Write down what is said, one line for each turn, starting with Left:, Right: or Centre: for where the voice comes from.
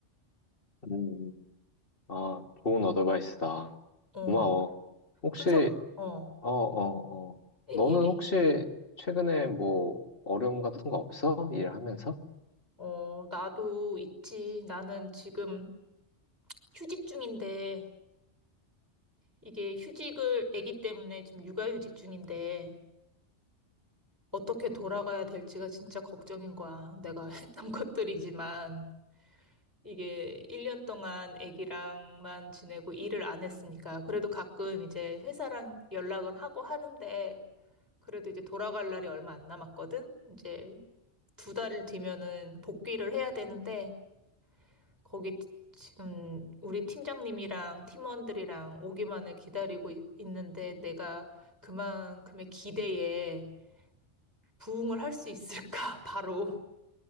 Left: 음, 아, 좋은 어드바이스다.
Right: 어.
Left: 고마워. 혹시
Right: 그래서, 어,
Left: 어, 어, 어.
Right: 얘-
Left: 너는
Right: 얘기,
Left: 혹시 최근에 뭐 어려움 같은 거 없어? 일하면서?
Right: 어, 나도 있지. 나는 지금 휴직 중인데, 이게 휴직을, 아기 때문에 지금 육아휴직 중인데, 어떻게 돌아가야 될지가 진짜 걱정인 거야. 내가 <laughs> 했던 것들이지만. 이게 1년 동안 아기랑만 지내고 일을 안 했으니까 그래도 가끔 이제 회사랑 연락은 하고 하는데 그래도 이제 돌아갈 날이 얼마 안 남았거든. 이제 두 달을 뒤면은 복귀를 해야 되는데 거기 지- 지금 우리 팀장님이랑 팀원들이랑 오기만을 기다리고 있- 있는데 내가 그만큼의 기대에 부응을 할 수 있을까? <laughs> 바로